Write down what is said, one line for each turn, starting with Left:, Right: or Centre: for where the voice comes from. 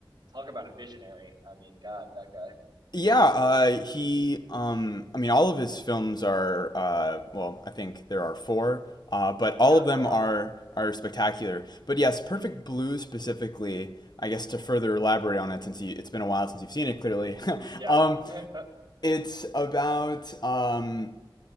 Right: talk about a visionary. I mean, God, that guy.
Left: Yeah, uh, he. Um, I mean, all of his films are. Uh, well, I think there are four, uh, but
Right: Yeah,
Left: all of them
Right: there
Left: are
Right: are.
Left: are spectacular. But yes, Perfect
Right: Mm-hmm.
Left: Blue specifically. I guess to further elaborate on it, since you, it's been a while since you've seen it, clearly, <laughs>
Right: Yeah,
Left: um,
Right: <laughs> yeah.
Left: it's about um,